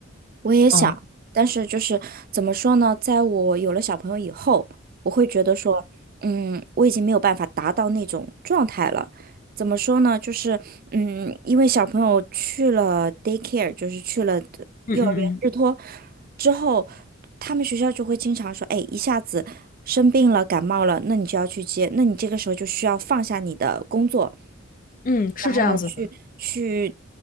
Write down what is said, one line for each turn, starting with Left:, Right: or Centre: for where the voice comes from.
Right: 我也想，
Left: 嗯
Right: 但是就是怎么说呢，在我有了小朋友以后，我会觉得说，嗯，我已经没有办法达到那种状态了。怎么说呢，就是嗯，因为小朋友去了 daycare，就是去了
Left: 嗯嗯嗯
Right: 幼儿园日托之后，他们学校就会经常说，哎，一下子生病了，感冒了，那你就要去接，那你这个时候就需要放下你的工作。
Left: 嗯，是这样子的。
Right: 然后呢，去去